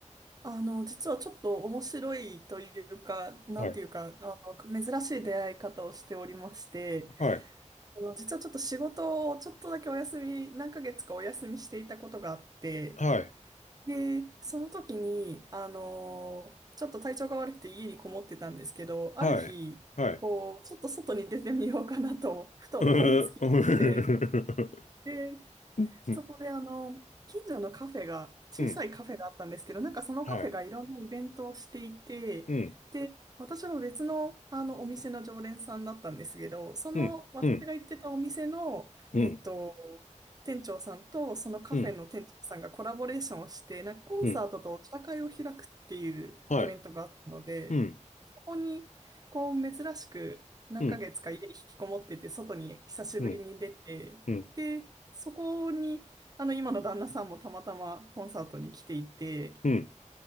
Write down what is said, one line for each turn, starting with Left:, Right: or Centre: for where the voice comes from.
Right: あの、実はちょっと面白いというか、なんていうか、
Left: はい。
Right: あの、珍しい出会い方をしておりまして、
Left: はい。
Right: あの、実はちょっと仕事をちょっとだけお休み、何ヶ月かお休みしていたことがあって、
Left: はい。
Right: で、その時に、あの、ちょっと体調が悪くて家にこもってたんですけど、ある日、
Left: はい。はい。
Right: こう、ちょっと外に出てみようかなと、ふと思いつきで、
Left: うー
Right: で
Left: ん。
Right: そこであの、近所のカフェが、小さいカフェがあったんですけど、
Left: うん。
Right: なんかそのカフェがいろんなイベントをしていて、
Left: はい。うん。
Right: で、私は別の、あのお店の常連さんだったんですけど、その私が行ってたお店の、
Left: うん。うん。うん。
Right: えっと、店長さんとそのカフェの店長さんがコラボレーションをして、
Left: うん。
Right: なんかコンサートとお茶会を開くっていうイベントがあったので、
Left: うん。はい。うん。
Right: ここに、こう、珍しく何ヶ月か家に引きこもってて、
Left: うん。
Right: 外に久しぶりに出て、
Left: うん。うん。
Right: で、そこに、あの、今の旦那さんもたまたまコンサートに来ていて、
Left: うん